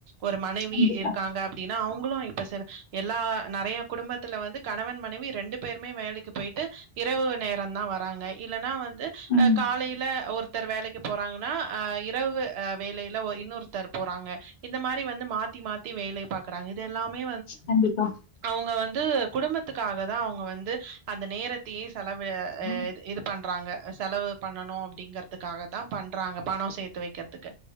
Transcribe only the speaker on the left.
கண்டிப்பா
ம்
கண்டிப்பா
ம்